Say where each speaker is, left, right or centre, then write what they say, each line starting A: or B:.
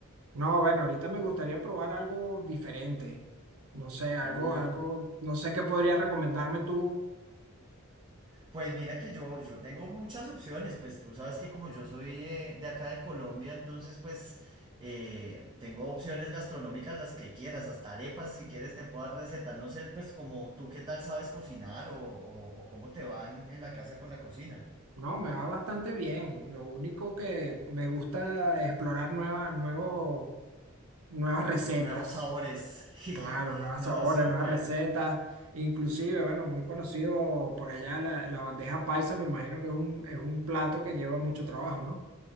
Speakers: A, on the right; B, on the right.
A: No, bueno, ahorita me gustaría probar algo diferente. No sé, algo,
B: Uy,
A: algo, no sé qué podrías recomendarme tú.
B: pues mira que yo, yo tengo muchas opciones. Pues tú sabes que como yo soy eh, de acá de Colombia, entonces pues eh, tengo opciones gastronómicas las que quieras, hasta arepas si quieres te puedo dar receta. No sé pues como tú qué tal sabes cocinar o, o o cómo te van en la casa con la cocina.
A: No, me va bastante bien. Lo único que me gusta explorar nuevas, nuevo, nuevas recetas.
B: Nuevos sabores. <laughs>
A: Claro, nuevas
B: No,
A: sabores,
B: súper.
A: nuevas recetas, inclusive, bueno, muy conocido por allá la, la bandeja paisa, me imagino que es un, es un plato que lleva mucho trabajo, ¿no?